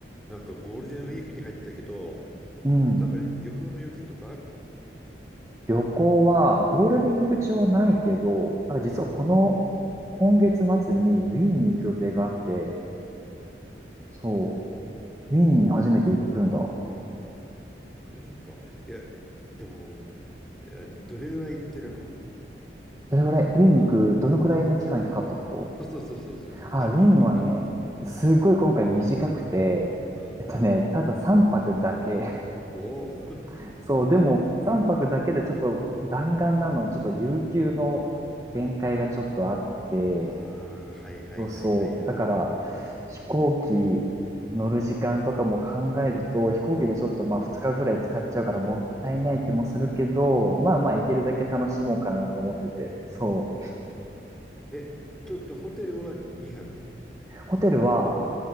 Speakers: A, in the centre; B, on the right.
A: なんかゴールデンウィークに入ったけど、
B: うん。
A: なんか旅行の予定とかあるの
B: 旅行は、ゴールデンウィーク中はないけど、なんか実はこの、
A: うん。
B: 今月末にウィーンに行く予定があって、
A: うん。
B: そう、ウィーンに初めて行くんだ。ど
A: ウィーンか。いや、でも、いや、どれぐらい行ってるの
B: れぐらい、ウィーンに行く、どのくらいの期間にかかったこと
A: そうそうそうそうそうそう、
B: あ、
A: 何泊とか。
B: ウィーンはね、すごい今回短くて、
A: うん。
B: えっとね、ただ3泊だけ。
A: おお。<laughs>
B: <laughs> そう、でも3泊だけでちょっと弾丸なの、ちょっと有給の限界がちょっとあって、
A: ああ、はいはいはいはいはい。
B: そうそう。だから、飛行機乗る時間とかも考えると、飛行機でちょっとまあ2日ぐらい使っちゃうからもったいない気もするけど、まあまあ行けるだけ楽しもうかなと思ってて。
A: うんうん。
B: そ
A: え、ということは、ホテルは2泊、
B: う。ホテルは